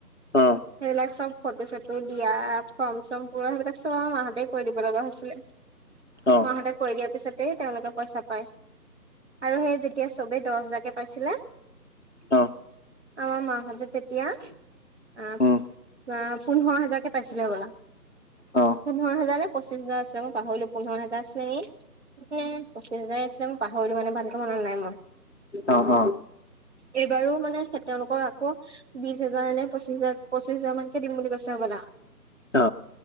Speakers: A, on the left; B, on the right.
A: অ
B: সেইবিলাক চব ফটো চটো দিয়া ফৰ্ম চৰ্ম পুৰা সেইবিলাক চব আমা মা হতে কৰি দিব লগা হৈছিলে মা
A: অ
B: হতে কৰি দিয়াৰ পিছতে তেওঁলোকে পইচা পায় আৰু সেই যেতিয়া চবে দহ হেজাৰকে পাইছিলে
A: অহ
B: আমাৰ মাহঁতে তেতিয়া আ আ
A: উম
B: পোন্ধৰ হাজাৰকে পাইছিলে হবলা
A: অ
B: পোন্ধৰ হেজাৰ নে পঁচিছ হেজাৰ আছিলে মই পাহৰিলো পোন্ধৰ হেজাৰ আছিলে নি নে পঁচিছ হাজাৰ আছিলেই মই পাহৰিলো মানে ভালকে মনত নাই মোৰ
A: অ অ
B: এইবাৰো মানে তেওঁলোকৰ আকৌ বিশ হেজাৰ নে পঁচিশ হেজাৰ পঁচিছ হাজাৰ মানকে দিম বুলি কৈছে হ'বলা
A: অ